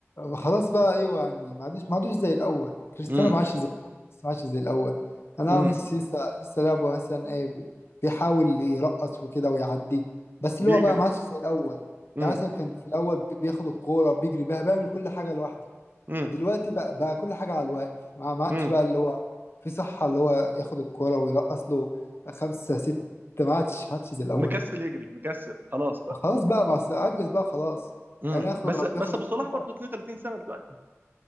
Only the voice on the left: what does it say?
خلاص بقى ايوه يعني ما عادش ما عادش زي الاول كريستيانو
ما عادش زي الاول لسه ما عادش زي الاول انا
هو ميسي لسه لسه لعبه مثلا ايه بي- بيحاول يرقص وكده ويعدي بس
اللي هو بقى ما عادش زي الاول
يعني مثلا كان في الاول بي- بياخد الكوره بيجري بيها بيعمل كل حاجه لوحده
دلوقتي بقى, بقى كل حاجة على الواقف ما ما عادش
بقى اللي هو في صحة اللي هو ياخد الكرة ويرقص له خمسة ستة ما عادش ما عادش زي الأول
خلاص بقى ما أصل عجز بقى خلاص
يعني آخره
بقى
بياخد
الكرة